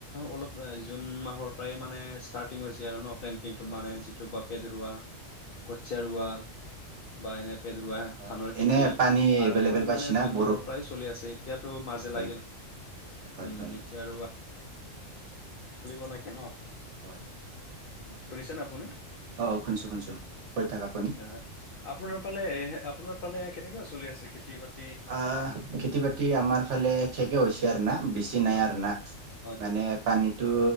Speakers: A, on the left (about 60°); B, on the right (about 65°).
A: অলপ জুন মাহৰ পৰাই মানে ষ্টাৰ্টিং হৈছে আৰু ন প্লেন। এইটো
B: হয়
A: মানে
B: হয়
A: যিটো বাপেত ৰোৱা কঠিয়া ৰুৱা বা এনে বাপেত ৰুৱা
B: অ
A: ধানৰ খেতি
B: এনে পানী
A: আৰম্ভণি
B: এভেইলেবল পাইছিনা
A: মানে জুন
B: বৰ
A: মাহৰ পৰাই চলি আছে। ত মাজে
B: হয় হয়
A: লাগিল
B: হয় হয়
A: উম
B: হয়
A: এতিয়া আৰু চলিব না কি ন?
B: হয়
A: শুনিছেনে আপুনি?
B: অঁঁ শুনিছোঁ শুনিছোঁ কৈ থাক আপুনি।
A: আচ্ছা আপোনাৰ ফালে আপোনাৰ ফালে কেনেকৈ চলি আছে খেতি বাতি?
B: আহ খেতি বাতি আমাৰ ফালে শেষে হৈছে আৰু না বেছি নাই
A: অ
B: আৰু না।
A: হয়
B: মানে পানীটো